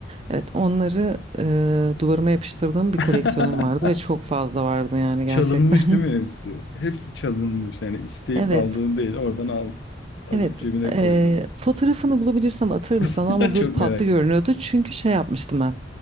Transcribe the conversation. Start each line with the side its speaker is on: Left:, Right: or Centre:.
Right: Evet onları e, duvarıma yapıştırdığım bir
Left: <laughs>
Right: koleksiyonum vardı ve çok fazla vardı yani gerçekten.
Left: Çalınmış değil mi hepsi? Hepsi çalınmış. Yani isteyip
Right: <laughs> Evet
Left: aldığın değil, oradan al, alıp
Right: Evet,
Left: cebine
Right: eee,
Left: koydun.
Right: fotoğrafını bulabilirsem atarım sana
Left: <laughs>
Right: ama böyle
Left: Çok
Right: tatlı
Left: merak ettim.
Right: görünüyordu. Çünkü şey yapmıştım ben,